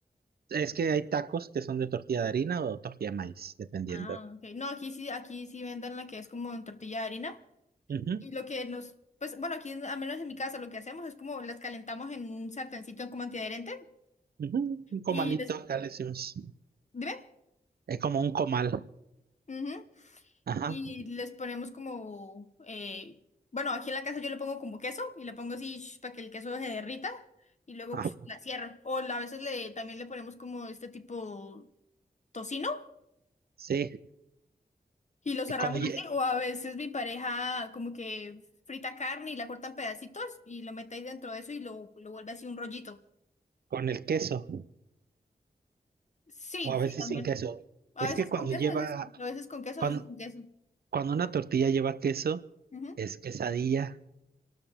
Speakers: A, on the right; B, on the left.
A: Es que hay tacos que son de tortilla de harina o tortilla de maíz, dependiendo.
B: Ah, ok. No, aquí sí, aquí sí venden la que es como en tortilla de harina.
A: Ujú,
B: Y lo que nos, pues bueno, aquí al menos en mi casa lo que hacemos es como las calentamos en un sartencito como antiadherente
A: ujú. Un comalito,
B: y les,
A: acá le decimos.
B: dime,
A: Es como un comal.
B: Ujú.
A: Ajá.
B: Y les ponemos como, eh, bueno, aquí en la casa yo le pongo como queso y le pongo así para que el queso se derrita y luego
A: Ah,
B: psh, la cierro. O la- a veces le, también le ponemos como este tipo tocino
A: sí.
B: y lo cerramos
A: Es Cuando lle-
B: así. O a veces mi pareja como que frita carne y la corta en pedacitos y lo mete ahí dentro de eso y lo, lo vuelve así un rollito.
A: con el queso,
B: Sí,
A: o a veces
B: sí, también.
A: sin queso.
B: A
A: Es
B: veces
A: que cuando
B: con queso,
A: lleva,
B: a veces, a veces con queso,
A: cuando,
B: a veces sin queso.
A: cuando una tortilla lleva queso,
B: Ujú.
A: es quesadilla.